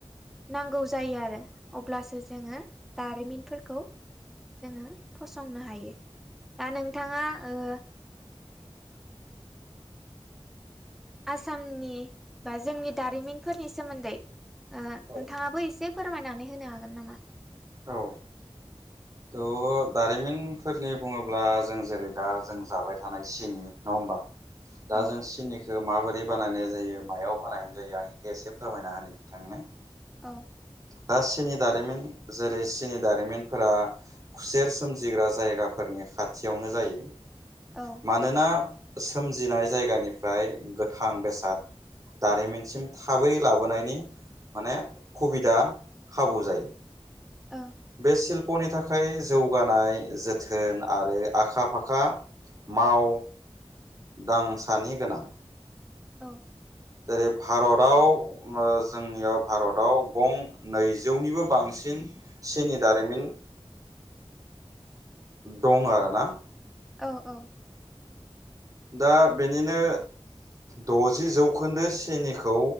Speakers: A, in the centre; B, on the right.
A: नांगौ जायो आरो अब्लासो जोङो दारिमिनफोरखौ जोङो फसंनो हायो। दा नोंथाङा ओ आसामनि बा जोंनि दारिमिनफोरनि सोमोन्दै ओ नोंथाङाबो
B: औ
A: एसे फोरमायनानै होनो हागोन नामा?
B: औ थह दारिमिनफोरनि बुङोब्ला जों जेरै दा जों जाबाय थानाय सिनि नङा होमबा? दा
A: औ
B: जों सिनि बेखो माबोरै बानायनाय जायो मायाव बानायनाय जायो आं बेखौ एसे फोरमायना होनो नोंथांनो।
A: औ।
B: दा सिनि दारिमिन जेरै सिनि दारिमिनफोरा खुसेर सोमजिग्रा जायगाफोरनि खाथियावनो जायो।
A: औ।
B: मानोना सोमजिनाय जायगानिफ्राय गोथां बेसाद दारिमिनसिम थाबै लाबोनायनि माने खुबिदा खाबु जायो।
A: ओ।
B: बे शिल्प'नि थाखाय जौगानाय जोथोन आरो आखा फाखा माव दांसानि गोनां।
A: औ
B: जेरै भारतआव ओ जोंनियाव भारतआव गं नैजौनिबो बांसिन सेनि दारिमिन दं आरोना।
A: औ औ।
B: दा बेनिनो द'जि जौखोन्दो सेनिखौ